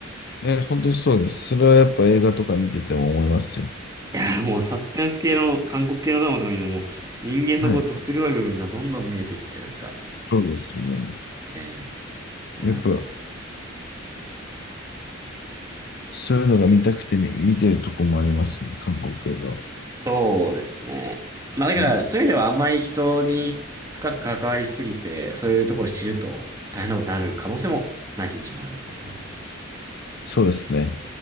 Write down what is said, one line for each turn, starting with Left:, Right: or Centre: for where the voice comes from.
Left: え、本当にそうです。それはやっぱ映画とか見てても思いますよ。
Right: <laughs> もうサスペンス系の、韓国系のドラマとか見ても、もう人間のこう、
Left: はい。
Right: どす黒い部分がどんどん見えてきて、なんか、
Left: そうですよね。
Right: ええあれだなと思う。
Left: やっぱ、そういうのが見たくて見、見てるとこもありますね。韓国映画は。
Right: そうですね。まあだから、
Left: うん、
Right: そういう意味ではあんまり人に深く関わりすぎて、そういうところを知ると大変なことになる可能性もなきにしもあらずですね。
Left: そうですね。